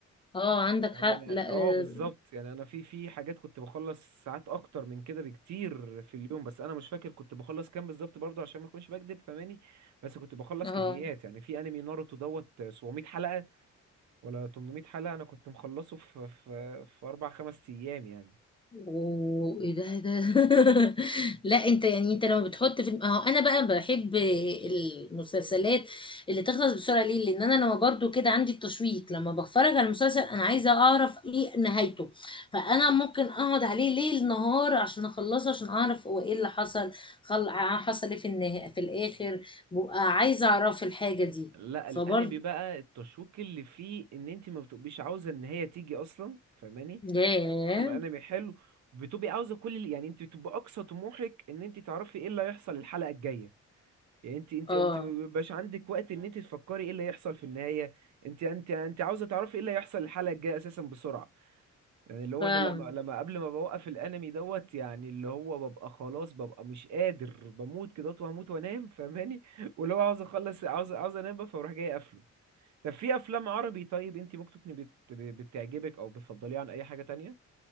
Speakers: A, on the left; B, on the right.
A: اه عندك
B: يعني
A: حق
B: انا
A: لا
B: اه بالظبط
A: اه
B: يعني انا في في حاجات كنت بخلص ساعات اكتر من كده بكتير في اليوم بس انا مش فاكر كنت بخلص كام بالظبط برضه عشان ما اكونش بكدب فاهماني بس كنت بخلص
A: آه.
B: كميات يعني في انمي ناروتو دوت 700 حلقة ولا 800 حلقة انا كنت مخلصه في في في اربع خمس ايام يعني
A: اوه ايه ده إيه ده <laughs> لا انت يعني انت لما بتحط في اهو انا بقى بحب المسلسلات اللي تخلص بسرعه ليه لان انا لما برضو كده عندي التشويق لما بتفرج على مسلسل انا عايزه اعرف ايه نهايته فانا ممكن اقعد عليه ليل نهار عشان اخلصه عشان اعرف هو ايه اللي حصل خل... حصل ايه في النهايه في الاخر ببقى عايزه اعرف الحاجه دي
B: لا
A: فبرضو
B: الانمي بقى التشويق اللي فيه ان انت ما بتبقيش عاوزه ان هي تيجي اصلا فاهماني
A: ياه
B: من كتر ما الانمي حلو بتبقي عاوزه كل اللي يعني انت بتبقى اقصى طموحك ان انت تعرفي ايه اللي هيحصل الحلقه الجايه يعني انت انت
A: اه
B: انت ما بيبقاش عندك وقت ان انت تفكري ايه اللي هيحصل في النهايه انت انت انت عاوزه تعرفي ايه اللي هيحصل الحلقه الجايه اساسا بسرعه يعني اللي هو
A: فاهمة
B: انا لما لما قبل ما بوقف الانمي دوت يعني اللي هو ببقى خلاص ببقى مش قادر بموت كده وهموت وانام فاهماني <laughs> واللي هو عاوز اخلص عاوز عاوز انام بقى فاروح جاي قافله طب في افلام عربي طيب انت ممكن تكوني بت... بتعجبك او بتفضليها عن اي حاجة تانية